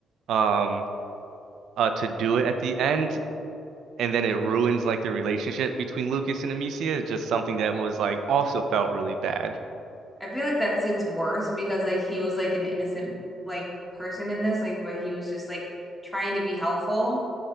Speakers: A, on the right; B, in the centre.
A: um uh to do it at the end and then it ruins like the relationship between Lucas and Amicia is just something that was like also felt really bad.
B: I feel like that's it's worse because like he was like an innocent like person in this, like where he was just like trying to be helpful